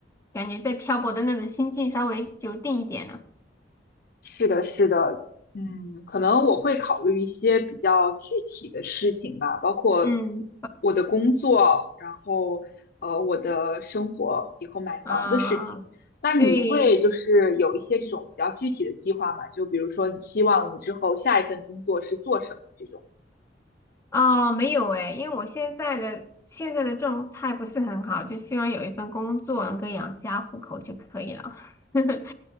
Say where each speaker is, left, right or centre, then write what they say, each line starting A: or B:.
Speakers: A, on the left (about 15°); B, on the left (about 55°).
A: 感觉在漂泊的那种心境稍微就定一点了。
B: 是的，是的，嗯，可能我会考虑一些比较具体的事情吧，包括
A: 嗯
B: 我的工作，然后呃我的生活，以后买房的事情。
A: 啊。
B: 那你会就是有一些这种比较具体的计划吗？
A: 对，
B: 就比如说你希望你之后下一份工作是做什么这种。
A: 哦，没有诶，因为我现在的现在的状态不是很好，就希望有一份工作能够养家糊口就可以了。<laughs>